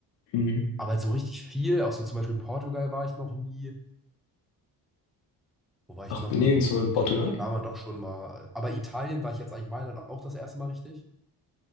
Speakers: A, on the left; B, in the centre.
A: Mhm.
B: Aber halt so richtig viel, auch so zum Beispiel Portugal war ich noch nie. Wo war
A: Ach,
B: ich noch
A: nirgendwo
B: noch nie?
A: in
B: Okay,
A: Portugal.
B: irgendwie war man doch schon mal. Aber Italien war ich jetzt eigentlich Mailand auch das erste Mal richtig.